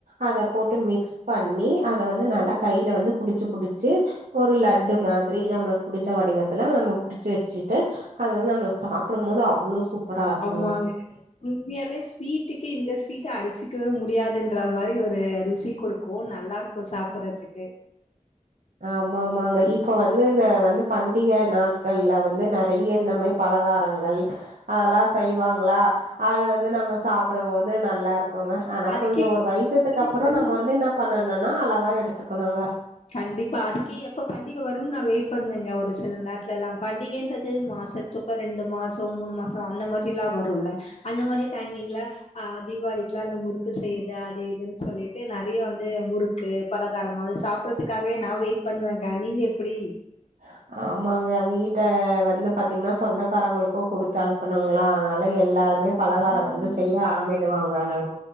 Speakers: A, on the right; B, on the left.
A: அத போட்டு மிக்ஸ் பண்ணி அத வந்து நல்லா கைல வந்து புடிச்சு புடிச்சு ஒரு லட்டு மா ரி நம்மளுக்கு புடிச்ச வடிவத்துல நம புடிச்சு வச்சுட்டு அத வந்து நம்ம சாப்டும் போது அவ்ளோ சூப்பராக இருக்கு
B: மாரிங் உண்மையாலே ஸ்வீட்டுக்கு இந்த ஸ்வீட்ட அடிச்சக்கவே முடியாதுன் ந்த மாரி ஒரு ருசி குடுக்கு நல்லா இருக்கு சாப்படுறதுக்கு
A: ஆமா ஆமாங்க இப்ப வந்து இந்த வந்து பண்டிக நாட்கள்ல வந்து நெறைய இந்த மாரி பழ பலகாரங்கள் அதெல்லா செய்வாங்களா அது வந்து நம்ம சாப்டும்போது நல்லா இருக் குங்க ஆனா
B: அதுக்கே
A: கொஞ்சோ ஒரு வய்சத்துக்கு அப்றோ
B: வரும்
A: நம்ம வந்து என்ன பண்ணனுனா அளவா எடுத்துக்கணுங்க
B: கண்டிப்பா அதுக்கே எப்ப பண்டிக வரும் நா வெயிட் பண்ணுவேங்க ஒரு சில நேரத்துல்லா பண்டிகைன்றது மாசத்து க்கு ரெண்டு மாசோ மூணு மாசோ அந்த மாரி எல்லா வரும்ல அந்த மாரி டைமிங்ல ஆ தீபாவளி அந்த முறுக்கு செய்றது அது இதுன்னு சொல்லிட்டு நெறைய வந்து முறுக்கு பலகாரமா அத சாப் பறதுக்காகவே நா வெயிட் பண்ணுவேங்க நீங்க எப்டி
A: <inaudible> ஆமாங்க வீட்ட வந்து பாத்தீங்கன்னா சொந்தக்காரங்களுக்கு குடுத்து அனுப்பணுங்களா அனால எல்லா எல்லாருமேபலகாரம் வந்து செய்ய ஆரம்பிடுவாங்க நா